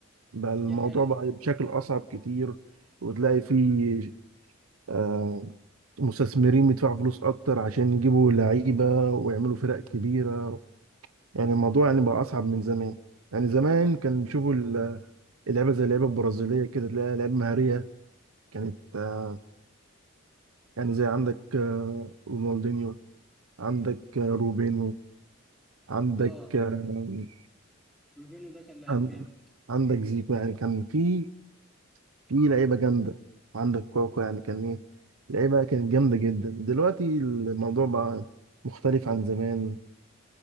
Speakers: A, on the right (about 80°); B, in the centre.
A: بقى الموضوع
B: دي حقيقة
A: بقى بشكل أصعب كتير وتلاقي فيه آه، مستثمرين بيدفعوا فلوس أكتر عشان يجيبوا لعيبة ويعملوا فرق كبيرة يعني الموضوع يعني بقى أصعب من زمان يعني زمان كان بيشوفوا ال- اللعيبة زي اللعيبة البرازيلية كده تلاقي لعيبة مهارية كانت آه، يعني زي عندك آه، رونالدينيو عندك آه، روبينو عندك
B: اه
A: آه،
B: روبينو ده كان لعيب
A: عن-
B: جامد
A: عندك زيكو يعني كان في في لعيبه جامده عندك كوكو يعني كان ايه لعيبه كانت جامده جدا دلوقتي الموضوع بقى مختلف عن زمان